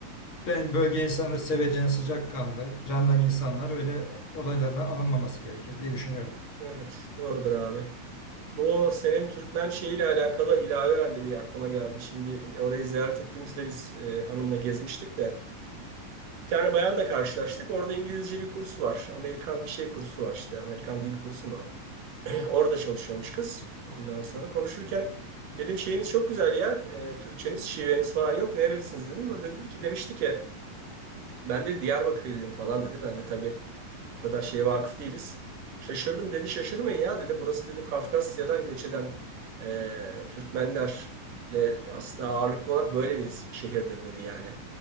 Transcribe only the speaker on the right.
evet, doğrudur abi. Bu senin Türkmen şeyiyle alakalı ilave ben de bir aklıma geldi. Şimdi orayı ziyaret ettiğimizde biz e, hanımla gezmiştik de bir tane bayanla karşılaştık. Orada İngilizce bir kursu var. Amerikan bir şey kursu var işte. Amerikan dil kursu mu? <clears throat> Orada çalışıyormuş kız. Ondan sonra konuşurken dedim şeyiniz çok güzel ya. e, Türkçeniz, şiveniz falan yok. Nerelisiniz dedim. O da dedi ki demişti ki ben de Diyarbakırlıyım falan dedi. Ben de tabii o kadar şeye vakıf değiliz. Şaşırdım dedi. Şaşırmayın ya dedi. Burası dedi Kafkasya'dan göç eden e, Türkmenlerle aslında ağırlıklı olarak böyle bir şehirdir dedi yani.